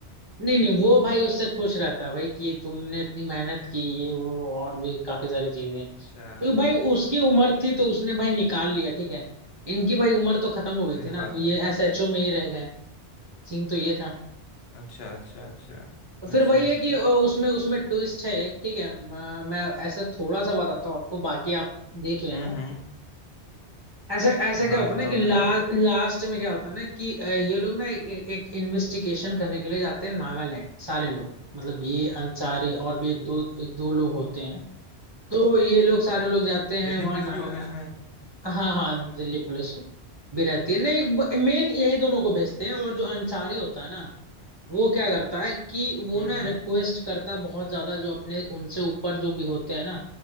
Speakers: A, on the right; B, on the left.
A: नहीं नहीं वो भाई उससे खुश रहता है भाई कि तुमने इतनी मेहनत की ये वो और भी काफी सारी चीजें क्योंकि
B: अच्छा
A: भाई उसकी उम्र थी तो उसने भाई निकाल लिया ठीक है इनकी भाई उम्र तो खत्म हो गई
B: सही
A: थी ना
B: बात
A: तो ये
B: है
A: एस एच ओ में ही रह गए सीन तो ये था
B: अच्छा अच्छा अच्छा
A: तो फिर
B: अच्छा
A: वही
B: अच्छा
A: है कि अ, उसमें उसमें ट्विस्ट है एक ठीक है म- मैं ऐसा थोड़ा सा बताता हूँ आपको बाकी आप देख लेना
B: हम्म हम्म
A: ऐसा ऐसा क्या
B: हाँ
A: होता
B: बताओ
A: है ना कि ला,
B: जरा
A: लास्ट में क्या होता है ना कि अ, ये लोग ना एक, एक इन्वेस्टिगेशन करने के लिए जाते हैं नागालैंड सारे लोग मतलब ये अंसारी और भी एक दो एक दो लोग होते हैं तो ये लोग सारे लोग जाते हैं
B: दिल्ली
A: वहाँ
B: पुलिस
A: नागा
B: भी होगी उसमें
A: हाँ हाँ दिल्ली पुलिस भी रहती है नहीं मेन यही दोनों को भेजते हैं और जो अंसारी होता है ना वो क्या करता है कि वो
B: हम्म
A: ना
B: हम्म
A: रिक्वेस्ट करता है बहुत ज्यादा जो अपने उनसे ऊपर जो भी होते हैं ना